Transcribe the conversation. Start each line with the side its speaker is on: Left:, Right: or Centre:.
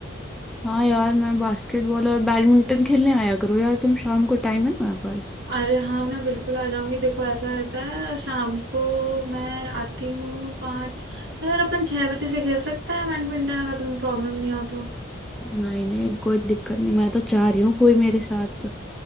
Centre: हाँ यार मैं बास्केटबॉल और बैडमिंटन खेलने आया करो यार तुम शाम को टाइम है तुम्हारे पास
Right: अरे हाँ मैं बिल्कुल आ जाऊंगी देखो ऐसा रहता है शाम को मैं आती हूँ पाँच तो यार अपन छह बजे से खेल सकते हैं बैडमिंटन अगर तुम्हें प्रॉब्लम नहीं हो तो
Centre: नहीं नहीं कोई दिक्कत नहीं मैं तो चाह रही हूँ कोई मेरे साथ